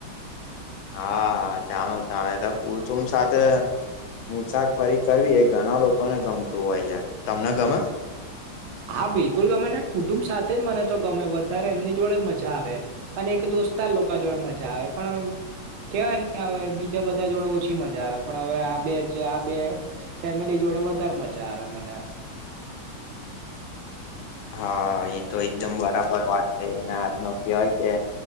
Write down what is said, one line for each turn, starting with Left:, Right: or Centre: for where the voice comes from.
Left: હા હા ચણો ચને એતો કુલ <unintelligible> સાથે મુસાફરી કરવી એ ઘણા લોકોને ગમતું હોય છે તમને ગમે.
Right: હા બિલકુલ ગમે ને કુટુંબ સાથે જ મને તો ગમે વધારે એમની જોડે જ મજા આવે. અને એક દોસ્ત લોકો જોડે મજા આવે પણ કેવાય ને હવે બીજા બધા જોડે ઓછી મજા આવે પણ હવે આ બે જ આ બે ફેમિલી જોડે વધારે મજા આવે મને.
Left: હા એ તો એકદમ બરાબર વાત કરીઈ એને આથ નો કહેવાય કે